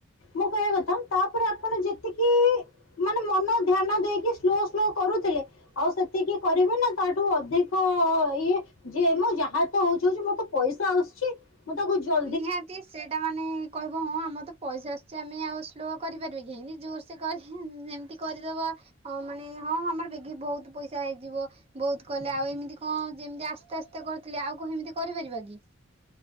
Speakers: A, on the left (about 80°); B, on the right (about 30°).
A: ମୁଁ କହିବା କଥା ତାପରେ ଆପଣ ଯେତିକି ମନ ଧ୍ୟାନ ଦେଇକି ସ୍ଲୋ ସ୍ଲୋ କରୁଥିଲେ। ଆଉ ସେତିକି କରିବ ନା ତାଠୁ ଅଧିକ ଇଏ ଯିଏ ମ ଯାହା ତ ହଉଚି ହଉଚି ମୋର ତ ପଇସା ଆସୁଛି। ମୁଁ ତାକୁ ଯ
B: ନିହାତି ସେଇଟା ମାନେ କହିବ ହଁ ଆମର ତ ପଇସା ଆସୁଛି ଆମେ ଆଉ ସ୍ଲୋ କରିପାରିବେ କେହିଁତି ଜୋରସେ କରି ଏମିତି କରିଦବା ଆ ମାନେ ହଁ ଆମର ବଗି ବହୁତ ପଇସା ହେଇଯିବ। ବହୁତ କଲେ ଆଉ ଏମିତି କଣ ଯେମିତି ଆସ୍ତେ ଆସ୍ତେ କରିଥିଲେ ଆଉ କଣ ଏମିତି କରିପାରିବା କି।